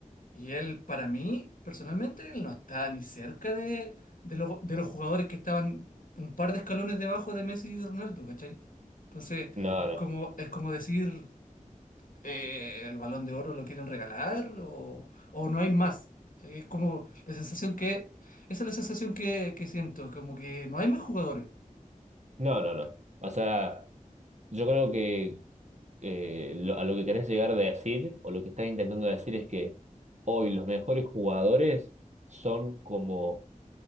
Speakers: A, on the left; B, on the right.
A: y él para mí, personalmente, él no está ni cerca de, de los, de los jugadores que estaban un par de escalones debajo de Messi y de Ronaldo, ¿cachai? Entonces,
B: no,
A: es
B: no,
A: como, es como decir, eh, el Balón de Oro lo quieren regalar o, o no hay más. ¿cachai? Es como la sensación que, esa es la sensación que, que siento, como que no hay más jugadores.
B: no, no, no. O sea, yo creo que eh, lo- a lo que querés llegar a decir, o lo que estás intentando decir es que hoy los mejores jugadores son como